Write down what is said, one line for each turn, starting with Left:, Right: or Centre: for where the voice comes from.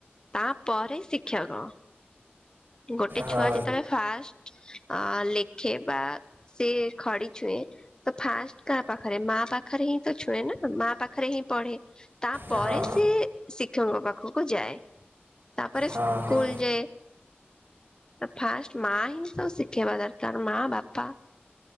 Left: ତାପରେ ଶିକ୍ଷକ। ଗୋଟେ
Right: ହଁ
Left: ଛୁଆ ଯେତେବେଳେ ଫାଷ୍ ଅ, ଲେଖେ ବା ସିଏ ଖଡି ଛୁଏଁ ତ ଫାଷ୍ଟ କାହା ପାଖରେ ମା ପାଖରେ ହିଁ ତ ଛୁଏଁ ନା ମା ପାଖରେ ହିଁ ପଢେ। ତାପରେ
Right: ହଁ ହଁ
Left: ସିଏ ଶିକ୍ଷକଙ୍କ ପାଖକୁ ଯାଏ, ତାପରେ
Right: ହଁ
Left: ସ୍କୁଲ୍ ଯାଏ। ତ ଫାଷ୍ଟ ମା ହିଁ ତ ଶିଖେଇବା ଦରକାର ମା ବାପା।